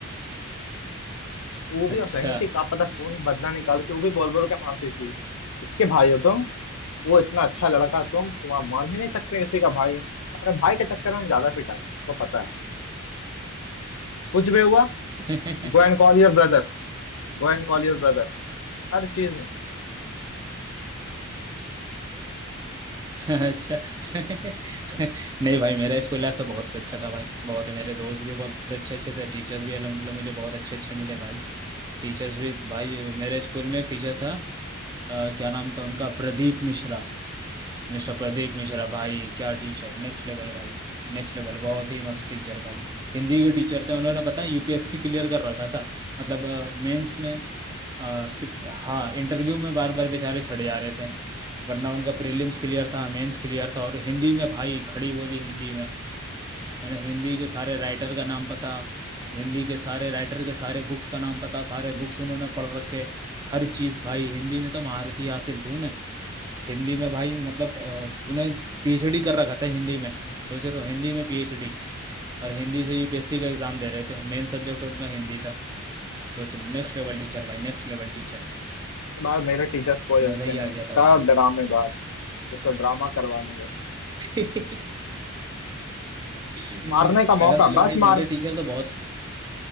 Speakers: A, on the left; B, on the right.
A: वो भी
B: अच्छा
A: सही थी का पता कौन बदला निकाली थी वो भी बोल बोल के मारती थी इसके भाई हो तुम वो इतना अच्छा लड़का तुम तुम तो आप मान ही नहीं सकते किसी का भाई है अपने भाई के चक्कर में हम ज्यादा पिटा है वो पता है कुछ भी हुआ
B: <laughs>
A: go and call your brother go and call your brother हर चीज में
B: अच्छा <laughs> नहीं भाई मेरा स्कूल लाइफ तो बहुत अच्छा था भाई बहुत मेरे दोस्त भी बहुत अच्छे अच्छे थे टीचर्स भी अलहमदिल्ला मुझे बहुत अच्छे अच्छे मिले भाई टीचर्स भी भाई मेरे स्कूल में एक टीचर था अ, क्या नाम था उनका प्रदीप मिश्रा मिस्टर प्रदीप मिश्रा भाई क्या टीचर नेक्स्ट लेवल भाई नेक्स्ट लेवल बहुत ही मस्त टीचर भाई हिंदी के टीचर थे उन्होंने पता है यूपीएससी क्लियर कर रखा था मतलब मेंस में अ, प्र- हाँ इंटरव्यू में बार बार बेचारे छड़े जा रहे थे वरना उनका प्रीलिम्स क्लियर था मेंस क्लियर था और हिंदी में भाई खड़ी बोली हिंदी में मैंने हिंदी के सारे राइटर का नाम पता हिंदी के सारे राइटर के सारे बुक्स का नाम पता सारे बुक्स उन्होंने पढ़ रखे हर चीज़ भाई हिंदी में तो महारत ही हासिल थी उन्हें हिंदी में भाई मतलब अ, उन्हें पीएचडी कर रखा था हिंदी में सोच रहे हो हिंदी में पीएचडी और हिंदी से यूपीएससी का एग्जाम दे रहे थे मेन सब्जेक्ट उनका हिंदी था सोच लो नेक्स्ट लेवल टीचर भाई नेक्स्ट लेवल टीचर
A: बाहर मेरे टीचर्स कोई
B: मजा
A: वैसे
B: ही
A: नहीं
B: आ गया
A: थे सब
B: था भाई
A: ड्रामेबाज बस वो ड्रामा करवा लें बस
B: <laughs> अलहमदुल्ला
A: मारने का मौका बस
B: भाई
A: मार
B: मेरे टीचर तो बहुत